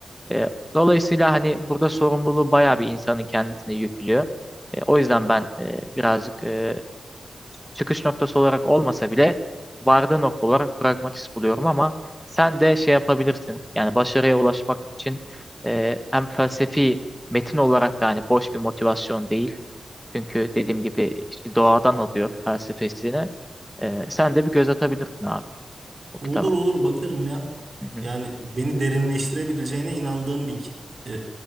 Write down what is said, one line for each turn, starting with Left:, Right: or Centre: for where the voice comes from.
Centre: E, dolayısıyla hani burada sorumluluğu bayağı bir insanın kendisine yüklüyor. E, o yüzden ben e, birazcık e, çıkış noktası olarak olmasa bile vardığı nokta olarak pragmatist buluyorum ama sen de şey yapabilirsin. Yani başarıya ulaşmak için e, hem felsefi metin olarak da hani boş bir motivasyon değil. Çünkü dediğim gibi işte doğadan alıyor felsefesini. E, sen de bir göz atabilirsin abi o kitaba.
Right: Olur olur bakarım ya.
Centre: Hı hı,
Right: Yani beni derinleştirebileceğine inandığım bir ki- e,